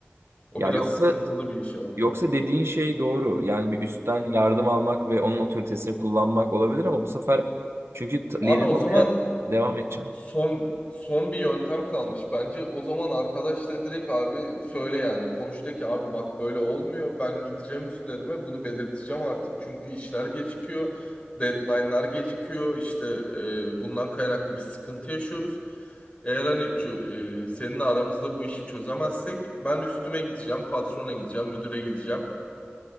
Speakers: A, on the left; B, on the right.
A: O
B: Ya
A: biraz
B: yoksa
A: sıkıntılı bir iş abi.
B: yoksa dediğin şey doğru. Yani bir üstten
A: Hı hı.
B: yardım almak ve onun otoritesini kullanmak olabilir ama bu sefer çünkü t-
A: Abi
B: lider
A: o
B: olmaya
A: zaman
B: devam edeceğim.
A: son son bir yöntem kalmış bence. O zaman arkadaşla direkt abi söyle yani. Konuş de ki abi bak böyle olmuyor. Ben gideceğim üstlerime bunu belirteceğim artık. Çünkü işler gecikiyor. Deadline'lar gecikiyor. İşte e, bundan kaynaklı bir sıkıntı yaşıyoruz. Eğer hani çö- e, seninle aramızda bu işi çözemezsek ben üstüme gideceğim, patrona gideceğim, müdüre gideceğim.